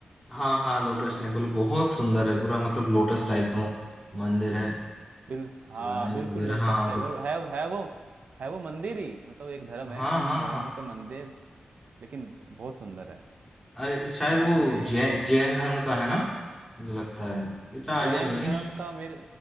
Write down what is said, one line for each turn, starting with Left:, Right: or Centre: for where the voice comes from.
Centre: हाँ हाँ लोटस टेम्पल बहुत सुंदर है पूरा मतलब लोटस टाइप का मंदिर है
Right: बिल हाँ
Centre: डिजाइन
Right: बिल्कुल
Centre: वगैरह
Right: लोटस
Centre: हाँ
Right: टाइप
Centre: बहुत
Right: और है है वो है वो मंदिर ही मतलब एक धर्म
Centre: हाँ
Right: है उन
Centre: हाँ
Right: धर्म
Centre: हाँ
Right: का मंदिर लेकिन बहुत सुंदर है
Centre: अरे शायद
Right: साथ
Centre: वो
Right: में
Centre: जै, जैन धर्म का है ना मुझे लगता है इतना आइडिया
Right: जैन
Centre: नहीं
Right: धर्म
Centre: है
Right: का मेरे